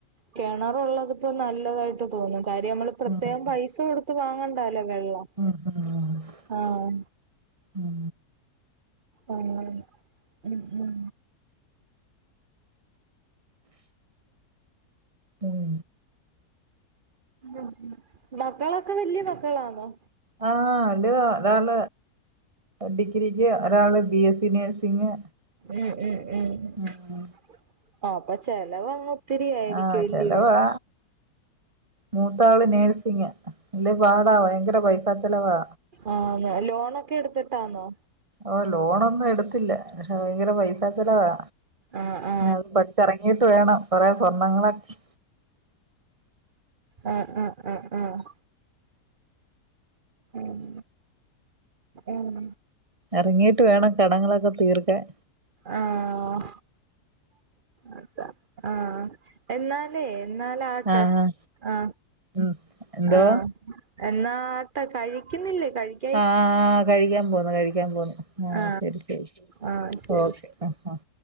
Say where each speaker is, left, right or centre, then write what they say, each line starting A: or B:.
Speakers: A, on the right; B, on the right.
A: കിണറുള്ളതിക്ക് നല്ലതായിട്ട് തോന്നും കാര്യം നമ്മൾ പ്രത്യേകം
B: ഉം
A: പൈസ കൊടുത്ത് വാങ്ങണ്ടല്ലോ വെള്ളം
B: ഉം ഹ <inaudible>
A: ആഹ
B: ഉം
A: ഉം ഉം
B: ഉം
A: ഉം മക്കളൊക്കെ വല്യ മക്കളാണോ
B: ആഹ് വല്ത ഒരാൾ ഡിഗ്രിക്ക് ഒരാള് ബി എസ് സി നേഴ്സിങ്
A: ഉം ഉം ഉ
B: ഉം
A: ആപ്പൊ ചെിലവ്ങ്ങ ഒത്തിരി ആയിരിക്കും
B: ആഹ്
A: ഇല്യോ
B: ചെലവാ മൂത്താള് നേഴസിങ്ങ ഇല്ലേ പാടാ ഭയങ്കര പൈസാ ചെലവാ
A: ആഹ് ലോണൊക്കെ എടുത്തിട്ടാന്നോ
B: ഓ ലോണൊന്നും എടുത്തില്ല പക്ഷെ ഭയങ്കര പൈസ ചലവാ
A: ആ ആ
B: അത്പ ഇറങ്ങിയിട്ട് വേണം കുറെേ സ്വർണ്ണങ്ങളൊക്കെ
A: അഹ് അഹ് അഹ് ആഹ് ഉം ഉം
B: ഇറങ്ങീട്ട് വേണം കടങ്ങളൊക്കെ തീർക്കാൻ
A: ആഹ് അത ആഹ് എന്നാലേ എന്നാല ആട്ടെ
B: ആഹ്
A: അ
B: ഉം എന്തോ
A: ആഹ് എന്നാട്ടാ കഴിക്കുന്നില്ലേ കഴി
B: ആഹ് കഴിക്കാൻ പോന്നു കഴിക്കാൻ പോന്നു ആഹ്
A: ആ
B: ശരി ശരി ശരി
A: ആ ശരി
B: ഓക്കെ
A: ശരി
B: ഉം ആഹ്